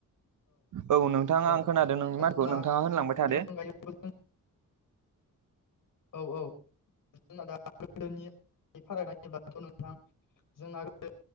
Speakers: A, on the right; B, on the left.
A: औ नोंथाङा
B: औ
A: आं खोनादों नोंनि
B: दा
A: माथोखौ
B: जोंना
A: नोंथाङा होनलांबाय
B: बेनि
A: थादो।
B: अनगायैबो औ औ। जोंना दा गोदोनि फारागथि बाथ' नोंथां जोंना गोदो